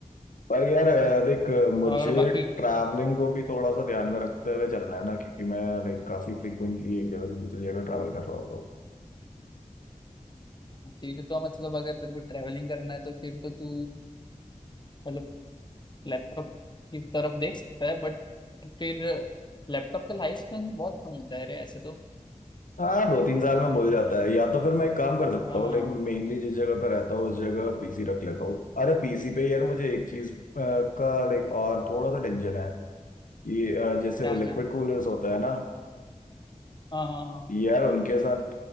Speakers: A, on the left; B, on the left.
A: पर यार अ, देख मुझे
B: और बाकी
A: ट्रैवलिंग को भी थोड़ा सा ध्यान में रखते हुए चलना है ना क्योंकि मैं लाइक काफी फ्रीक्वेंटली एक जगह से दूसरी जगह ट्रैवल कर रहा होता हूँ
B: फिर तो मतलब अगर तेरे को ट्रैवलिंग करना है तो फिर तो तू मतलब लैपटॉप की तरफ देख सकता है बट फिर लैपटॉप का लाइफ स्पेन बहुत कम होता है रे ऐसे तो
A: हाँ दो तीन साल में बोल जाता है या तो फिर मैं एक काम कर सकता
B: हाँ
A: हूँ लेकिन मेनली जिस जगह पे रहता हूँ उस जगह पीसी रख लेता हूँ अरे पीसी पे यार मुझे एक चीज का लाइक और थोड़ा सा टेंशन है ये अ, जैसे
B: क्या
A: वो लिक्विड
B: क्या
A: कूलर्स होता है ना
B: हाँ हाँ हाँ
A: यार उनके साथ